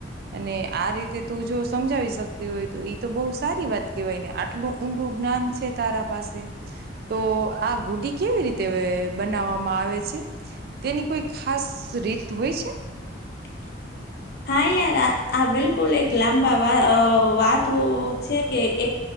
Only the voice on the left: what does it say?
<inaudible> હા યાર આ આ બિલકુલ એક લાંબા વા વાત છે કે એક